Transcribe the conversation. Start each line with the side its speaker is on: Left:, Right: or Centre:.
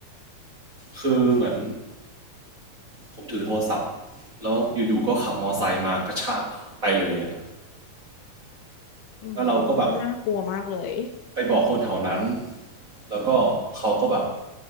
Right: คือเหมือนผมถือโทรศัพท์แล้วอยู่ๆก็ขับมอไซค์มากระชากไปเลยอะ
Left: อืม
Right: แล้วเราก็แบบ
Left: น่ากลัวมากเลย
Right: ไปบอกคนแถวนั้นแล้วก็เขาก็แบบ